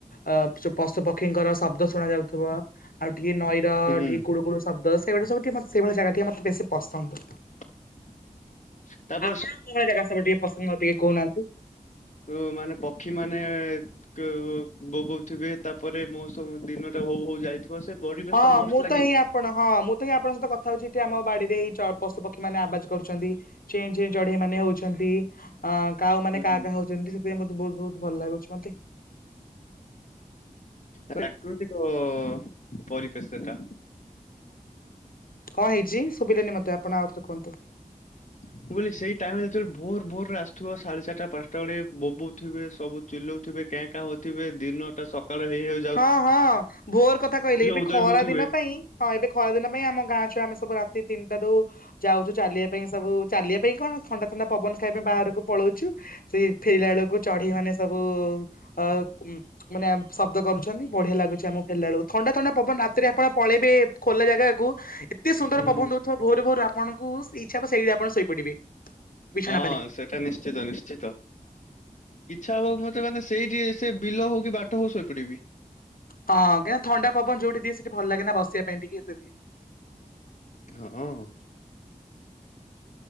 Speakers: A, on the left; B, on the left.
A: ଅ ପଶୁ ପକ୍ଷୀଙ୍କର ଶବ୍ଦ ଶୁଣା ଯାଉଥୁବ। ଆଉ ଟିକେ ନଈର
B: ହୁଁ
A: ଟିକେ କୁଳୁକୁଳୁ ଶବ୍ଦ ସେଇଭଳି ସବୁ ଟିକେ ମ ସେଇଭଳିଆ ଜାଗା ଟିକେ ମତେ ବେଶୀ ପସନ୍ଦ।
B: <inaudible> ତାପରେ
A: ଆପଣଙ୍କୁ କୋଉ ଭଳିଆ ଜାଗା ସବୁ ଟିକେ ପସନ୍ଦ ମତେ ଟିକେ କହୁନାହାଁନ୍ତି।
B: ଉ ମାନେ ପକ୍ଷୀ ମାନେ। <unintelligible> ବୋବଉଥିବେ ତାପରେ ମୋର ସବୁ ଦିନ ଟା ହଉ ହଉ ଯାଇଥିବ ସେ ପରିବେଶ
A: ହଁ
B: ଟା ମସ୍ତ
A: ମୁଁ
B: ଲାଗେନି।
A: ତ ହେଇ ଆପଣ। ହଁ ମୁଁ ତ ହିଁ ଆପଣଙ୍କ ସହିତ କଥା ହଉଚି ଏଠି ଆମ ବାଡି ରେ ଏଇ ଚ ପଶୁ ପକ୍ଷୀ ମାନେ ଆବାଜ କରୁଛନ୍ତି। ଚେଁ ଚେଁ ଚଢେଇ ମାନେ ହଉଛନ୍ତି ଅ କାଉ ମାନେ
B: ହୁଁ।
A: କା -କା ହଉଛନ୍ତି ସେ ସେ ମତେ ବହୁତ ବହୁତ ଭଲ ଲାଗୁଛି ମତେ।
B: ପ୍ରାକୃତିକ ପରିବେଶଟା।
A: କଁ ହେଇଚି ଶୁଭିଲାନି ମତେ ଆପଣ ଆଉଥରେ କୁହନ୍ତୁ।
B: ମୁଁ କହିଲି ସେଇ ଟାଇମ ରେ ଯେତେବେଳେ ଭୋର ଭୋର ରେ ଆସୁଥୁବ ସାଢେ ଚାରିଟା ପାଞ୍ଚଟା ବେଳେ ବୋ ବୋଉ ଥିବେ ସବୁ ଚିଲ୍ଲଉଥିବେ। କେଁ କାଁ ହଉଥିବେ ଦିନଟା ସକାଳେ ହେଇଯାଉ
A: ହଁ ହଁ ଭୋର କଥା କହିଲେ ଏବେ
B: ଉଦୟ
A: ଖରା
B: ହଉଥିବେ
A: ଦିନ ପାଇଁ। ହଁ ଏବେ ଖରାଦିନ ପାଇଁ ଆମ ଗାଁ ଛୁଆ ଆମେ ସବୁ ରାତି ତିନିଟା ରୁ। ଯାଉଚୁ ଚାଲିବା ପାଇଁ ଏ ସବୁ ଚାଲିବା ପାଇଁ କଣ ଥଣ୍ଡା ଥଣ୍ଡା ପବନ ଖାଇବା ପାଇଁ ବାହାରକୁ ପଳଉଛୁ। ସେଇ ଫେରିଲା ବେଳକୁ ଚଢେଇ ମାନେ ସବୁ ଅ ଉଂ ମାନେ ଶବ୍ଦ କରୁ ଛନ୍ତି ବଢିଆ ଲାଗୁଛି ଆମକୁ ଫେରିଲା ବେଳକୁ ଥଣ୍ଡା ଥଣ୍ଡା ପବନ ରାତିରେ ଆପଣ ପଳେଇବେ ଖୋଲା ଜାଗାକୁ। ଏତେ ସୁନ୍ଦର
B: ହୁଁ
A: ପବନ ଦଉଥୁବ ଭୋରୁ ଭୋରୁ ଆପଣଙ୍କୁ ଇଚ୍ଛା ହବ ସେଇଠୀ ଆପଣ ଶୋଇପଡିବେ। ବିଛଣା
B: ହଁ
A: ପାରିକି।
B: ସେଟା ନିଶ୍ଚିତ ନିଶ୍ଚିତ। ଇଚ୍ଛା ହବ ମତେ ମାନେ ସେଇଠି ସେ ବିଲ ହଉ କି ବାଟ ହଉ ଶୋଇପଡିବି।
A: ହଁ କାଇଁ ନା ଥଣ୍ଡା ପବନ ଯୋଉଠି ଦିଏ ସେଠି ଭଲ ଲାଗେ ନା ବସିବା ପାଇଁ ଟିକେ ସେ ଦିଏ।
B: ହଁ ଅ।